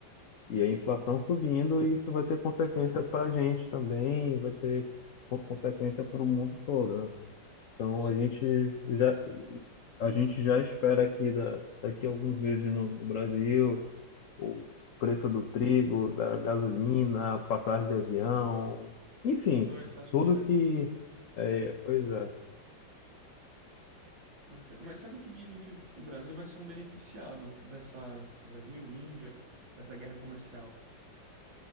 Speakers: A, on the left; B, on the right.
A: E a inflação subindo, e isso vai ter consequência para a gente também, vai ter co- consequência para o mundo todo, né? Então
B: Sim.
A: a gente já, a gente já espera aqui da, daqui a alguns meses no Brasil o preço do trigo, da gasolina, a passagem de avião, enfim,
B: Tudo começar a subir,
A: tudo
B: né?
A: que é, pois é.
B: Pois é. Mas sabe que dizem que o Brasil vai ser um beneficiado dessa Brasil, Índia, dessa guerra comercial?